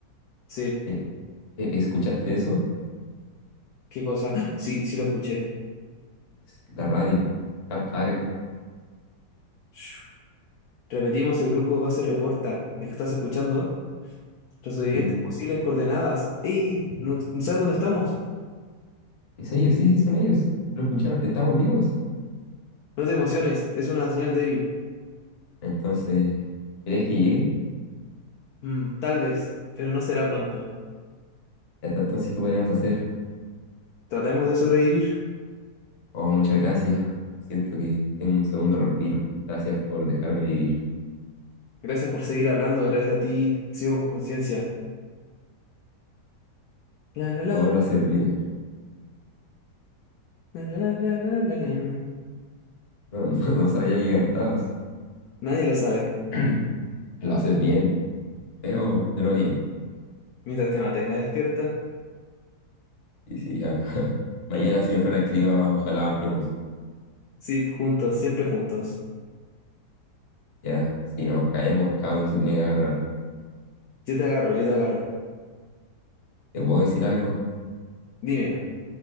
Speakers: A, on the left (about 70°); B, on the left (about 40°).
A: Sí,
B: Eh, eh, ¿escuchaste eso?
A: qué cosa. <gasps> ¡Ah! Sí, sí lo escuché.
B: Es la radio. Capta algo.
A: <sniffs> Shhh. Repetimos, el grupo de base reporta. Es que estás escuchando. Los sobrevivientes
B: Sí,
A: posibles en coordenadas. ¡Ey! ey! ¿No, no saben dónde estamos?
B: es ellos, sí, sí, son ellos. Lo escucharon, estamos vivos.
A: No te emociones, es una señal débil.
B: Entonces, ¿crees que lleguen?
A: Mm, tal vez, pero no será pronto.
B: Y Hasta entonces, ¿qué podríamos hacer?
A: Tratemos de sobrevivir.
B: Oh, muchas gracias. Siento que tengo un segundo respiro. Gracias por dejarme vivir.
A: Gracias por seguir hablando, gracias a ti. Sigo con conciencia. La, la, la,
B: Oh, lo haces bien.
A: la, la, la, la, la, la, la.
B: No, <laughs> no, no sabía que cantabas.
A: Nadie lo sabe.
B: <clears throat> Lo haces bien. Feo, pero bien.
A: Mientras te mantenga despierta.
B: Y sí, ya. <laughs>
A: <laughs>
B: Mañana, si mejora el clima, ojalá bajemos.
A: Sí, juntos, siempre juntos.
B: Ya, si nos caemos, cada uno se tiene que agarrar.
A: Yo te agarro, yo te agarro.
B: ¿Te puedo decir algo?
A: Dímelo.